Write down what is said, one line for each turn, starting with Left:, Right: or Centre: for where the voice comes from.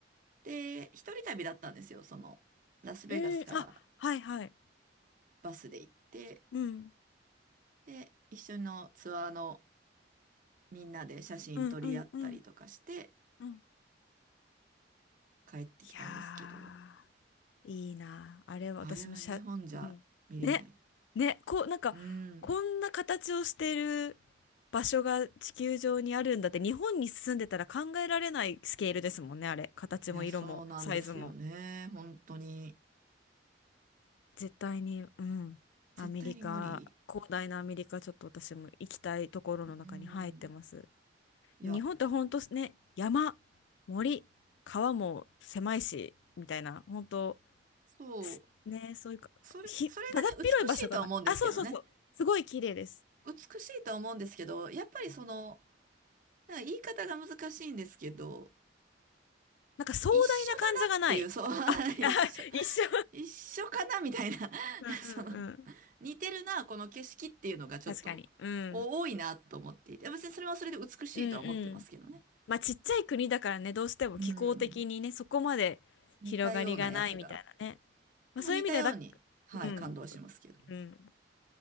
Right: で、一人旅だったんですよ。その、ラスベガスから
Left: うん、あ、はいはい。
Right: バスで行って、
Left: うん。
Right: で、一緒のツアーのみんなで写真撮り合ったりとかして
Left: うんうんうんうん。い
Right: 帰ってきたんですけど、
Left: やー、いいな。あれは私もしゃ、
Right: あれは日本じゃ見れない。
Left: うん。ね、ね、こう、なんか、
Right: うん。
Left: こんな形をしてる場所が地球上にあるんだって、日本に住んでたら考えられないスケールですもんね、あれ。形も色もサイズも。
Right: いや、そうなんですよね。本当に。
Left: 絶対に、うん。アメリカ、
Right: 絶対に無理。
Left: 広大なアメリカ、ちょっと私も行きたいところの中に入ってます。
Right: うん。いや、
Left: 日本ってほんとね、山、森、川も狭いし、みたいな、本当
Right: そ
Left: すね、そういうか、
Right: う。それ、
Left: ひ、
Right: それがね、
Left: だだっ広い場所がない。
Right: 美しいとは思うんですけどね。
Left: あ、そうそうそう。すごい綺麗です。
Right: 美しいとは思うんですけど、やっぱりその、なんか言い方が難しいんですけど、
Left: なんか壮大な感じがない。
Right: 一緒だなっていう、そう、
Left: あ、
Right: <laughs>
Left: あ、
Right: 一緒、
Left: <laughs> 一緒。
Right: 一緒かなみたいな、<laughs>
Left: うんうんうん。
Right: その、似てるな、この景色っていうのがちょっとお多いなと思っていて、
Left: 確かに。うん。
Right: 別にそれはそれで美しいとは思ってますけどね。
Left: うんうん。まあちっちゃい国だからね、どうしても気候的にね、
Right: うん。
Left: そこまで広がりがないみたいなね。
Right: 似たようなやつが。
Left: まあそういう意味ではだ、
Right: でも似たように、はい、
Left: うん、
Right: 感動しますけど。
Left: うん。